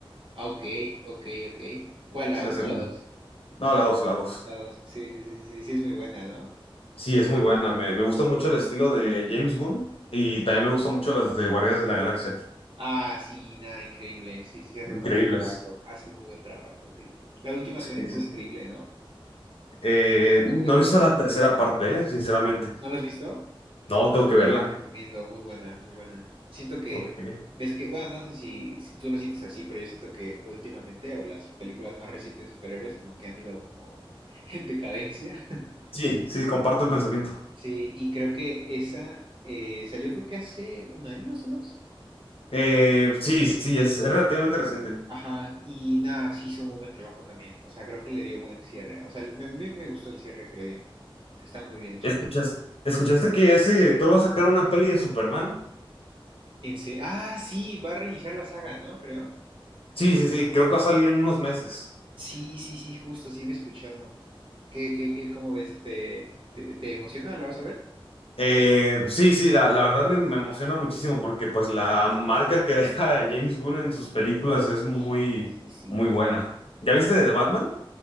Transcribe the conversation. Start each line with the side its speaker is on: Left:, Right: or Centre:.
Right: Ah, ok, ok, ok. ¿Cuál, la
Left: Sí, la
Right: uno
Left: segunda.
Right: o la dos?
Left: No, la dos, la dos.
Right: La dos. Sí, sí, sí, sí, sí, sí, es muy buena, ¿no?
Left: Sí, es muy buena. Me, me gusta mucho el estilo de James Gunn y también me gustan mucho las de Guardianes de la Galaxia.
Right: Ah, sí, nada, increíble. Sí, sí, sí, hace
Left: Increíbles.
Right: muy buen trabajo. Hace muy buen trabajo, sí. La última
Left: Sí,
Right: también estuvo
Left: sí,
Right: increíble,
Left: sí.
Right: ¿no?
Left: Eh,
Right: ¿Con
Left: no
Right: 13
Left: he visto
Right: Guardianes
Left: la
Right: de
Left: tercera
Right: la Galaxia?
Left: parte, eh, sinceramente.
Right: ¿No la has visto?
Left: No, tengo que
Right: Te
Left: verla.
Right: la recomiendo, muy buena, muy buena. Siento que,
Left: Porque...
Right: ves que, bueno, no sé si, si tú lo sientes así, pero yo siento que últimamente, o las películas más recientes de superhéroes, como que han ido como <laughs> en decadencia. <laughs>
Left: Sí, sí, comparto el pensamiento.
Right: Sí, y creo que esa eh, salió creo que hace un año, hace dos.
Left: Eh, sí, sí, es, es relativamente reciente.
Right: Ajá, y nada, sí hizo muy buen trabajo también. O sea, creo que le dio buen cierre. O sea, me, a mí me gustó el cierre que le dio. Se está muy bien hecho.
Left: ¿Escuchas, escuchaste que ese director va a sacar una peli de Superman?
Right: En se- ah, sí, va a reiniciar la saga, ¿no? Creo.
Left: Sí, sí, sí, creo que va a salir en unos meses.
Right: Sí, sí, sí, justo, sí había escuchado. ¿Qué, qué, qué, cómo ves? ¿Te, te, te emociona? ¿La vas a ver?
Left: Eh, sí, sí, la, la verdad me, me emociona muchísimo porque pues la marca que <laughs> deja James Gunn en sus películas es muy,
Right: Sí, sí, sí.
Left: muy buena. ¿Ya viste de, de Batman?